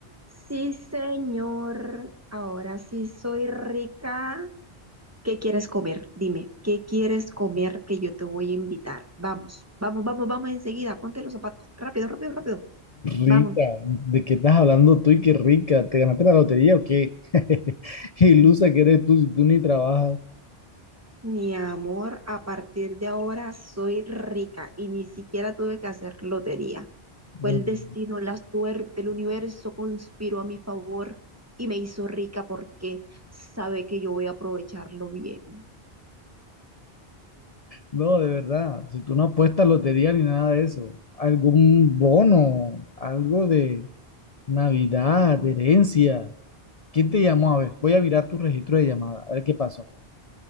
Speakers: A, on the right (about 15°); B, on the left (about 40°).
A: Sí, señor. Ahora sí soy rica. ¿Qué quieres comer? Dime, ¿qué quieres comer que yo te voy a invitar? Vamos, vamos, vamos, vamos enseguida. Ponte los zapatos. Rápido, rápido, rápido. Vamos.
B: Rica, ¿de qué estás hablando tú y qué rica? ¿Te ganaste la lotería o qué? <laughs> Ilusa que eres tú si tú ni trabajas.
A: Mi amor, a partir de ahora soy rica y ni siquiera tuve que hacer lotería. Fue
B: Mm.
A: el destino, la suerte, el universo conspiró a mi favor y me hizo rica porque sabe que yo voy a aprovecharlo bien.
B: No, de verdad, si tú no apuestas lotería ni nada de eso, algún bono, algo de Navidad, de herencia. ¿Quién te llamó? A ver, voy a mirar tu registro de llamada, a ver qué pasó.